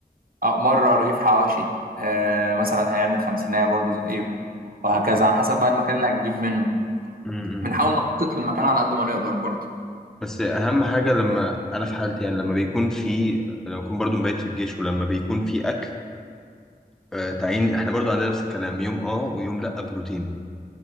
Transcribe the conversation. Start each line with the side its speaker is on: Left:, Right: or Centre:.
Right: اه مرة رغيف حواشي آه مثلا هيعمل 50 برضه زيه وهكذا على حسب بقى المكان اللي هتجيب منه
Centre: امم
Right: بنحاول نخطط في المكان على قد ما نقدر برضه
Centre: بس اهم حاجه لما انا في حالتي يعني لما بيكون في لما بكون برضو مبيت في الجيش ولما بيكون في اكل آه، تعيين احنا برضو عندنا نفس الكلام يوم اه ويوم لا بروتين